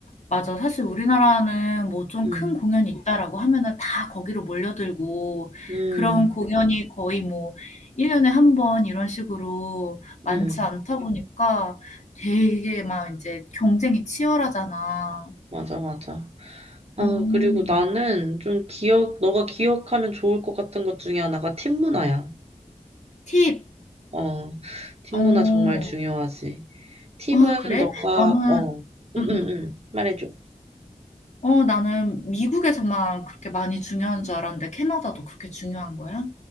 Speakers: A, on the left; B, on the right.
A: 맞아. 사실 우리나라는 뭐 좀
B: 음,
A: 큰 공연이 있다라고 하면은 다 거기로 몰려들고
B: 음,
A: 그런 음. 공연이 거의 뭐 1 년에 한 번 이런 식으로 많지
B: 음,
A: 않다 보니까 되게 막 인제 경쟁이 치열하잖아.
B: 맞아, 맞아. 아,
A: 음.
B: 그리고 나는 좀 기억, 너가 기억하면 좋을 것 같은 것 중에 하나가 팀 문화야.
A: 팁.
B: 어, 팀
A: 어.
B: 문화 정말 중요하지. 팁은
A: 아 그래?
B: 너가,
A: 나는
B: 어, 응,
A: 음음.
B: 응, 응, 말해줘.
A: 어 나는 미국에서만 그렇게 많이 중요한 줄 알았는데 캐나다도 그렇게 중요한 거야?